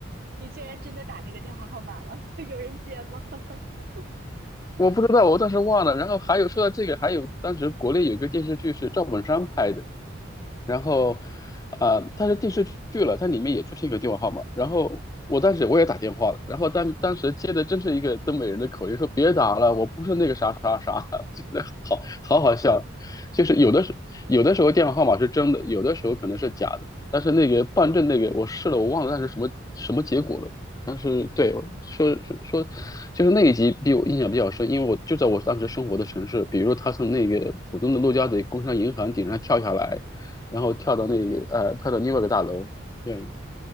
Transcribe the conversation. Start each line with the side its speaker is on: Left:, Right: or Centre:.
Right: 你居然真的打那个电话号码了，<laughs> 有人接吗？<laughs>
Left: 我不知道，我当时忘了。然后还有说到这个，还有当时国内有一个电视剧是赵本山拍的，然后，呃，它是电视剧了，它里面也出现一个电话号码。然后我当时我也打电话了，然后当当时接的真是一个东北人的口音，说别打了，我不是那个啥啥啥，<laughs> 真的好好好笑。就是有的时有的时候电话号码是真的，有的时候可能是假的。但是那个办证那个我试了，我忘了那是什么什么结果了。但是对我说说说，就是那一集比我印象比较深，因为我就在我当时生活的城市，比如说他从那个浦东的陆家嘴工商银行顶上跳下来，然后跳到那呃跳到另外一个大楼，对，